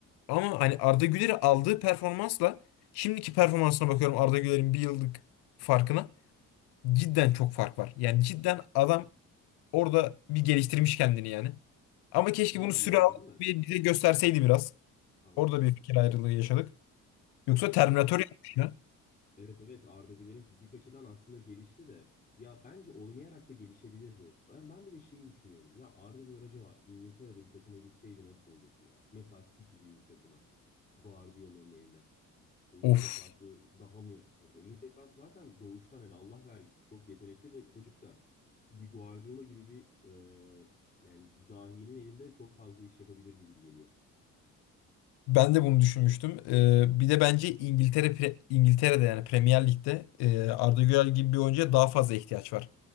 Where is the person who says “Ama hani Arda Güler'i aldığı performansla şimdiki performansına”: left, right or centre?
Left